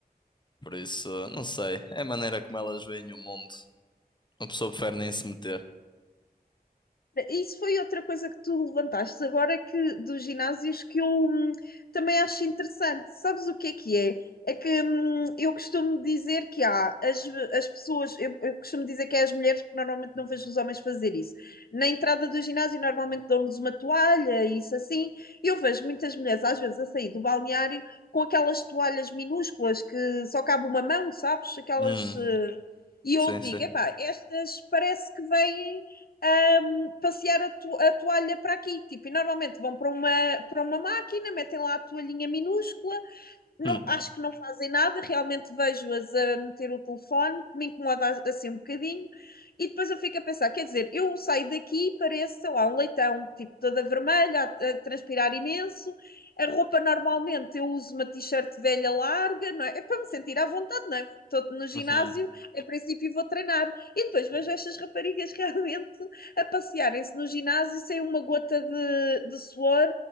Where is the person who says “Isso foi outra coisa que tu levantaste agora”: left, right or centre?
Left